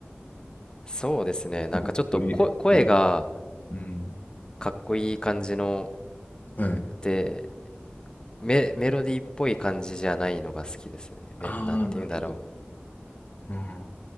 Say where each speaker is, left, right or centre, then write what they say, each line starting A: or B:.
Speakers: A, on the left; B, on the left.
A: そうですね、なんかちょっとこ声が
B: すごい鳥、鳥、うん。
A: かっこいい感じの、
B: はい。
A: で、メ、メロディーっぽい感じじゃないのが好きですね。め、
B: ああ、
A: なんて言うんだろ
B: なるほど。うんま